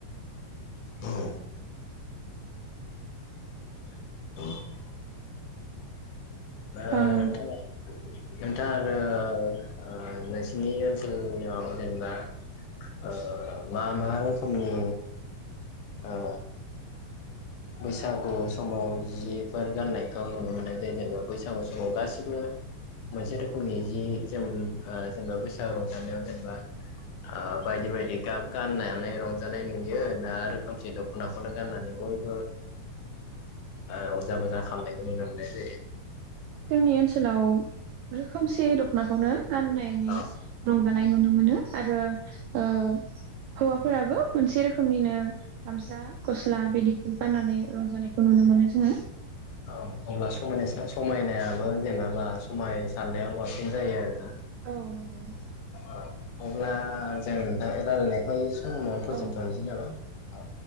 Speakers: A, on the left; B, on the right.
A: औ <unintelligible> ओ नोंथां
B: आं
A: नोंथां आरो ओ नोंसिनि ओनसोलाव जेनेबा ओ मा मा रोखोमनि ओ बैसागु समाव जिफोर गाननायखौ नुनो मोननाय जायो जेनेबा बैसागु समाव गासिबो मोनसे रोखोमनि जि जोम ओ जेनेबा बैसागु रंजानायाव जेनेबा ओ बायदि बायदि गाब गाननानै रंजानाय नुयो ना रोखोमसे दखनाखौनो गाननानैबो ओ रंजा बाजा खालामनायखौ नुनो मोननाय जायो।
B: जोंनि ओनसोलाव खोमसे दख'नाखौनो गाननानै
A: औ
B: रंजानाय नुनो मोनो। आरो ओ हौवाफोराबो मोनसे रोखोमनिनो गामसा गस्ला बिदिखौ गाननानै रंजानायखौ नुनो मोनो। जोङो
A: औ अब्ला समायनायसिन समायनायाबो जेनेबा समायसारनायाव बांसिन जायो आरोना
B: औ नंगौ
A: औ अब्ला जों दा रायलायनायखौ इ समावनो फोजोबथ'नोसै
B: औ
A: नामा औ